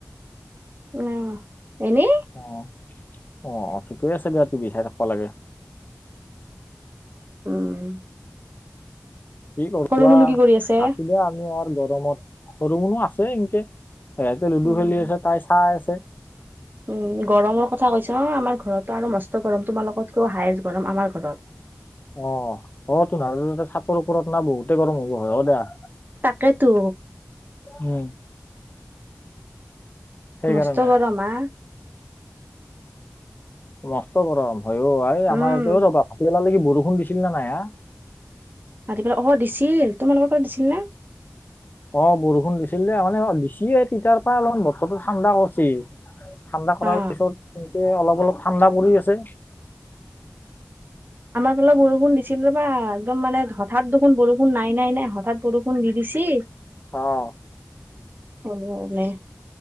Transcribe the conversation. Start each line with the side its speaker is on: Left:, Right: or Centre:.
Right: অ এনে
Left: অ অ অ ঠিকেই আছে দিয়া তু বি চাই থাকিবা লাগে <inaudible>
Right: উম
Left: কি কৰা
Right: সৰু মুনু কি কৰি আছে?
Left: আছিলে আমি আৰু গৰমত সৰু মনো আছে এনকে সিহঁতে লুডু
Right: উম।
Left: খেলি আছে তাই চাই আছে
Right: উম গৰমৰ কথা কৈছ অ আমাৰ ঘৰতো আৰু মস্ত গৰম তোমাৰ লগত টো হাইজ গৰম আমাৰ ঘৰত
Left: অ অ তোমাৰ চাপৰ ওপৰত না বহুতে গৰম হ'ব হয় অ দিয়া
Right: তাকেতো
Left: উম সেইকাৰণে
Right: মস্তকৰমা
Left: মসষ্ট গৰম ভ
Right: উম
Left: আমাৰ ৰ'বা ফাটিলালে বু দুষুণ দিছিল না নাই
Right: আতি পেলাই অ দিছিল তোমালোকৰ কত দিছিল নে
Left: অ বৰষুণ দিছিল দে মানে দিছিয়ে তিতাৰ পৰা অলপমান বতৰটো ঠাণ্ডা কৰিছে ঠাণ্ডা কৰাৰ
Right: অ।
Left: পিছত এনেকে অলপ অলপ ঠাণ্ডা পৰি আছে
Right: অলপ বৰষুণ দিছিল ৰবা একদম মানে হঠাৎ দেখোন বৰষুণ নাই নাই নাই হঠাৎ বৰষুণ দি দিছে
Left: অ
Right: সণে